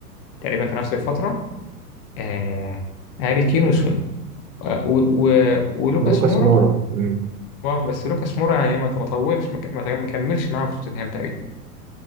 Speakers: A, on the left (about 35°); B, on the right (about 65°).
A: تقريبا في نفس الفترة آه هاري كين وسون آه و- و- ولوكاس
B: ولوكاس
A: مورا
B: مورا مم.
A: اه بس لوكاس مورا يعني ما ما طولش ما ك- ما ما كملش معاهم في توتنهام تقريبا